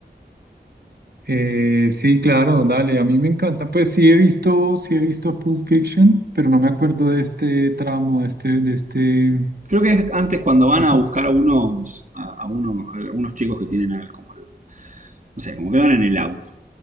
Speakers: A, on the right; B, on the right.
A: eh, sí, claro, dale, a mí me encanta. Pues sí he visto, sí he visto Pulp Fiction, pero no me acuerdo de este tramo, de este, de este, de
B: Creo que es antes cuando van
A: esta...
B: a buscar a unos, a, a uno- a algunos chicos que tienen al- como el- no sé, como que van en el auto,